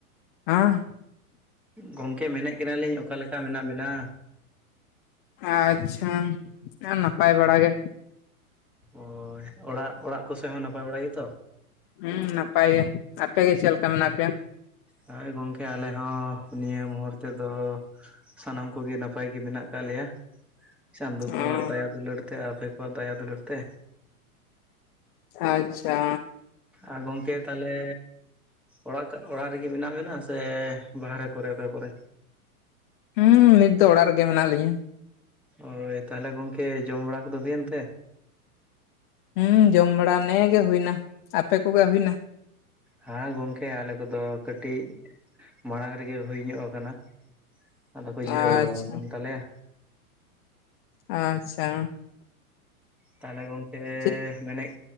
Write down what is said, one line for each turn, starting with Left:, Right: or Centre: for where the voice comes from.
Left: ᱦᱮᱸ᱾
Centre: ᱜᱚᱝᱠᱮ ᱢᱮᱱᱮᱫ ᱠᱟᱱᱟᱹᱞᱤᱧ ᱚᱠᱟᱞᱮᱠᱟ ᱢᱮᱱᱟᱜ ᱵᱮᱱᱟ?
Left: ᱟᱪᱪᱷᱟ ᱟᱨ ᱱᱟᱯᱟᱭ ᱵᱟᱲᱟ ᱜᱮ᱾
Centre: ᱚᱳᱭ ᱚᱲᱟᱜ ᱚᱲᱟᱜ ᱠᱚᱥᱮ ᱦᱚᱸ ᱱᱟᱯᱟᱭ ᱵᱟᱲᱟ ᱜᱮᱛᱚ?
Left: ᱦᱮᱸ ᱱᱟᱯᱟᱭ ᱜᱮ᱾ ᱟᱯᱮ ᱜᱮ ᱪᱮᱫ ᱞᱮᱠᱟ ᱢᱮᱱᱟᱜ ᱯᱮᱭᱟ?
Centre: ᱦᱳᱭ ᱜᱚᱢᱠᱮ ᱟᱞᱮ ᱦᱚᱸ ᱱᱤᱭᱟᱹ ᱢᱩᱦᱩᱨᱛᱮ ᱫᱚ᱾ ᱥᱟᱱᱟᱢ ᱠᱚᱜᱮ ᱱᱟᱯᱟᱭ ᱜᱮ ᱢᱮᱱᱟᱜ ᱟᱠᱟᱜ ᱞᱮᱭᱟ᱾ ᱪᱟᱸᱫᱚᱳ ᱠᱚᱣᱟᱜ
Left: ᱚᱸ
Centre: ᱫᱟᱭᱟ ᱫᱩᱞᱟᱹᱲ ᱛᱮ᱾ ᱟᱯᱮ ᱠᱚᱣᱟᱜ ᱫᱟᱭᱟ ᱫᱩᱞᱟᱹᱲ ᱛᱮ᱾
Left: ᱟᱪᱪᱷᱟ᱾
Centre: ᱟᱨ ᱜᱚᱝᱠᱮ ᱛᱟᱦᱚᱞᱮ᱾ ᱚᱲᱟᱜ ᱠᱟ ᱚᱲᱟᱜ ᱨᱮᱜᱮ ᱢᱮᱱᱟᱜ ᱵᱮᱱᱟ ᱥᱮ ᱵᱟᱦᱨᱮ ᱠᱚᱨᱮ ᱚᱠᱟ ᱠᱚᱨᱮ?
Left: ᱦᱩᱸ ᱱᱤᱛ ᱫᱚ ᱚᱲᱟᱜ ᱨᱮᱜᱮ ᱢᱮᱱᱟᱜ ᱞᱤᱧᱟᱹ᱾
Centre: ᱳᱭ ᱛᱟᱦᱚᱞᱮ ᱜᱚᱝᱠᱮ ᱡᱚᱢ ᱵᱟᱲᱟ ᱠᱚᱫᱚ ᱦᱩᱭᱮᱱ ᱛᱮ?
Left: ᱦᱩᱸ ᱡᱚᱢ ᱵᱟᱲᱟ ᱱᱮ ᱜᱮ ᱦᱩᱭᱱᱟ ᱟᱯᱮ ᱠᱚᱜᱮ ᱦᱩᱭᱱᱟ
Centre: ᱦᱮᱸ ᱜᱚᱝᱠᱮ ᱟᱞᱮ ᱠᱚᱫᱚ ᱠᱟᱹᱴᱤᱡ ᱢᱟᱲᱟᱝ ᱨᱮᱜᱮ ᱦᱩᱭ ᱧᱚᱜ ᱟᱠᱟᱱᱟ ᱟᱫᱚ ᱠᱚ ᱡᱤᱨᱟᱹᱣ
Left: ᱟᱪᱪᱷᱟ
Centre: ᱵᱟᱲᱟ ᱟᱠᱟᱱ ᱛᱟᱞᱮᱭᱟ
Left: ᱟᱪᱪᱷᱟ
Centre: ᱛᱟᱦᱚᱞᱮ ᱜᱚᱝᱠᱮ
Left: ᱪᱮᱫ
Centre: ᱢᱮᱱᱮᱫ